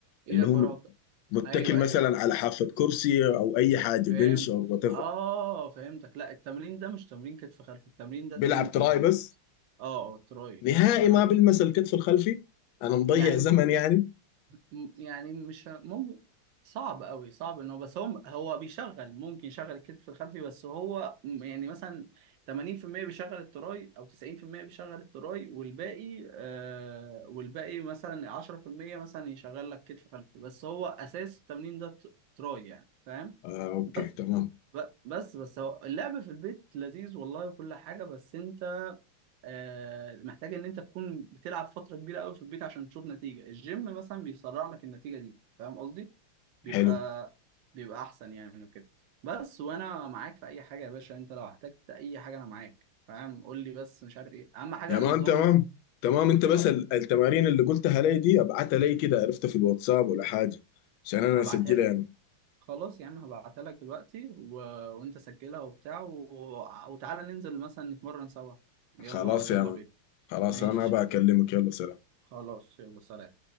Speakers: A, on the right; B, on the left.
A: ايدك
B: اللي هو
A: وراك
B: متكل
A: ايوه
B: مثلا
A: ايوه
B: على حافة كرسي او اي حاجة
A: فهمت
B: بنش او وات ايفر
A: اه فهمتك لا التمرين ده مش تمرين كتف خلفي التمرين ده
B: بيلعب
A: تمرين
B: تراي
A: تراي
B: بس
A: اه تراي
B: نهائي
A: ولا ماله
B: ما بيلمس الكتف الخلفي انا مضيع
A: يعني
B: زمن يعني
A: م- يعني مش ممكن صعب قوي صعب ان هو بس هو هو بيشغل ممكن يشغل الكتف الخلفي بس هو م- يعني مثلا 80% بيشغل التراي او 90% بيشغل التراي والباقي آه والباقي مثلا 10% مثلا يشغل لك كتف خلفي بس هو اساس التمرين ده ت- تراي يعني فاهم
B: آه اوكي
A: بس
B: تمام
A: ب- بس بس هو اللعب في البيت لذيذ والله وكل حاجة بس انت آه، محتاج ان انت تكون بتلعب فتره كبيره قوي في البيت عشان تشوف نتيجه الجيم مثلا بيسرع لك النتيجه دي فاهم قصدي بيبقى
B: حلو
A: بيبقى احسن يعني وكده بس وانا معاك في اي حاجه يا باشا انت لو احتجت اي حاجه انا معاك فاهم قول لي بس مش عارف ايه اهم حاجه
B: يا
A: نظام
B: مان تمام
A: ال...
B: تمام انت بس
A: اه
B: ال- التمارين اللي قلتها لي دي ابعتها لي كده عرفتها في الواتساب ولا حاجة عشان انا
A: هبعتها
B: اسجلها
A: لك
B: يا مان
A: خلاص يا عم هبعتها لك دلوقتي و... وانت سجلها وبتاع و... وتعالى ننزل مثلا نتمرن سوا يلا
B: خلاص
A: يلا
B: يا مان
A: بينا
B: خلاص
A: ماشي
B: انا بكلمك يلا سلام
A: خلاص يلا سلام